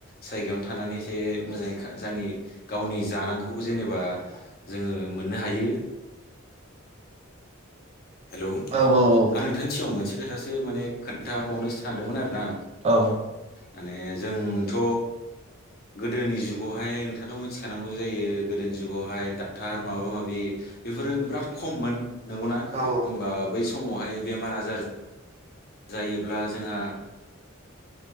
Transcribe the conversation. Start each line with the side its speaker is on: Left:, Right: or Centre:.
Left: जायगायावनो थानानै एसे मोजाङै जोंनि गावनि जानांगौखौ जेनेबा जोङो मोननो हायो। हेलौ आं
Right: औ औ
Left: नोंथांनि सिगाङाव मोनसे खोथा खोथासो माने खोन्थाबावनो सानदोंमोन आरो ना।
Right: औ।
Left: माने जोंथ' गोदोनि जुगावहाय नोंथाङाथ' मिथि थानांगौ जायो गोदोनि जुगावहाय डाक्टार माबा माबि बेफोरो बिराद खममोन। नंगौना
Right: औ
Left: होमबा बै समावहाय बेमार आजार जायोब्ला जोंहा